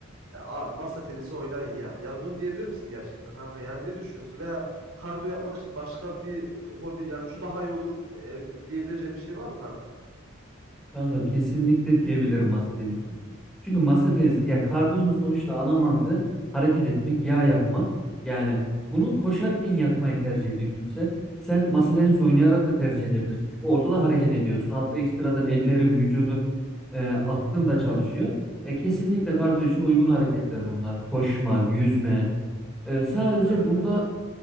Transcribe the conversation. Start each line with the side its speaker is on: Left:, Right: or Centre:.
Right: Ya abi masa tenisi oynayın ya. Yani bunu diyebilir misin gerçekten kanka? Yani ne düşünüyorsun? Veya kardiyo yapmak için başka bir hobi yani şu daha iyi olur e, diyebileceğim bir şey var mı kanka?
Centre: Kankam kesinlikle diyebilirim masa tenisini. Çünkü masa tenisi ya kardiyonun sonuçta ana mantığı hareket etmek, yağ yakmak. Yani
Right: Hı hı.
Centre: bunu koşarken yakmayı tercih ediyor kimse. Sen masa tenisi oynayarak da tercih edebilirsin. Çünkü orada da hareket ediyorsun. Hatta ekstradan ellerin, vücudu, e, aklın da çalışıyor. Ya kesinlikle
Right: Evet.
Centre: kardiyo için uygun hareketler bunlar. Koşma, yüzme. E, sadece
Right: Evet
Centre: bunda
Right: evet.